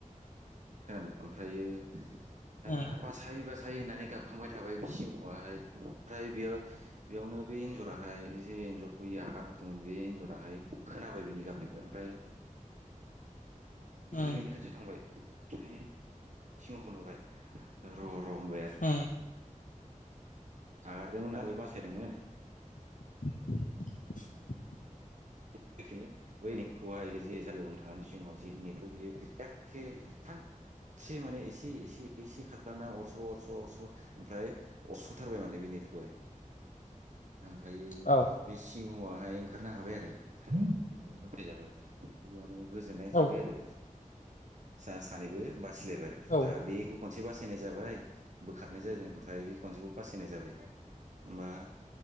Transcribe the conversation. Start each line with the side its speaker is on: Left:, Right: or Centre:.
Right: खोनादों ओमफ्रायो दाना
Left: उम
Right: बासाय बासाय होननानै गाबखांबाय थाबाय बि सिंहहाय ओमफ्राय बेयाव बेयावनो बे एन्जराहाय जे एन्जरखौयो आगार हरदोंमोन बे एन्जराहाय खोनाबाय बिनि गाबनायखौ ओमफ्राय
Left: उम
Right: खैनायनि खाथियाव थांबाय ओमफ्राय सिंहखौ नुबाय र' र' होनबाय आरो
Left: ओ
Right: आगारदोंमोन आरो बासायदोंमोन।
Left: <inaudible>
Right: <unintelligible> बै नेटखौहाय जे जायगायाव नोथां नानै सिङाव जे नेटखौ बियो एखे सा एसे माने एसे एसे एसे खालामना अरस' अरस' अरस' ओमफ्राय अस'थारबाय माने बेनिखौहाय ओमफ्रायो
Left: औ
Right: बे सिंहआहाय ओंखारनो हाबाय आरो खाथि बासाय जाबाय बेयावनो गोजोननाय
Left: औ
Right: थाबाय आरो सा सानैबो बासिलायबाय
Left: औ
Right: दा बेखौ खनसे बासायनाय जाबाय बोखार नाय जादों ओमफ्राय बे खनसेखौ बासायनाय जाबाय होमबा